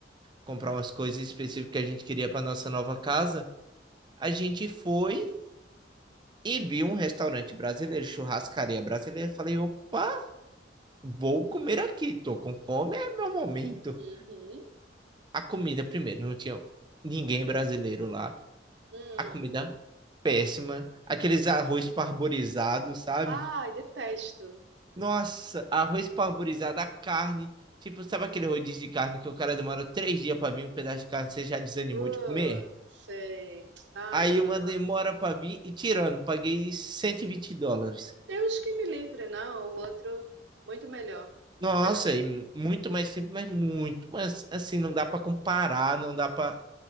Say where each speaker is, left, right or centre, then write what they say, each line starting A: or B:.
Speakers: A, on the right (about 25°); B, on the right (about 70°).
A: comprar umas coisas específicas que a gente queria para nossa nova casa, a gente foi e viu um restaurante brasileiro, churrascaria brasileira. Falei, opa, vou comer aqui, tô com fome, é meu momento.
B: Uhum.
A: A comida, primeiro, não tinha ninguém brasileiro lá.
B: Hum.
A: A comida péssima, aqueles arroz parborizado, sabe?
B: Ai, detesto.
A: Nossa, arroz parborizado, a carne. Tipo, sabe aquele rodízio de carne que o cara demora três dias para vir um pedaço de carne, você já desanimou
B: Ah,
A: de comer?
B: sei. Ai,
A: Aí
B: que
A: uma
B: droga.
A: demora pra vir e tirando, paguei 120 dólares.
B: Deus que me livre, não. O outro, muito melhor. Muito
A: Nossa,
B: melhor.
A: e muito mais simples, mas muito, mas assim, não dá pra comparar, não dá pra